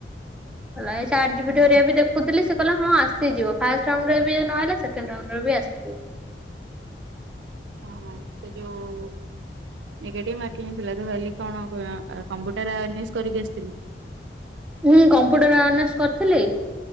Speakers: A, in the centre; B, on the right.
A: ଭଲ ହେଇ ଚାର୍ଟ ଯି ପି
B: ଆଚ୍ଛା
A: ଟି ରେ ଦେଖୁଥିଲି ସେ କହିଲା ହଁ ଆସିଯିବ। ଫାଷ୍ଟ ରାଉଣ୍ଡରେ ବି ନହେଲା ସେକେଣ୍ଡ ରାଉଣ୍ଡରେ ବି ଆସିଯିବ।
B: ହଁ ସେ ଯୋଉ ନେଗେଟିଭ ମାରକିଂଥିଲା ତୁ ଖାଲି କଣ କମ୍ପୁଟର ଉନିଶ କରିକି ଆସିଥିଲୁ?
A: ହୁଁ କମ୍ପ୍ୟୁଟର ଅନସ କରିଥିଲି।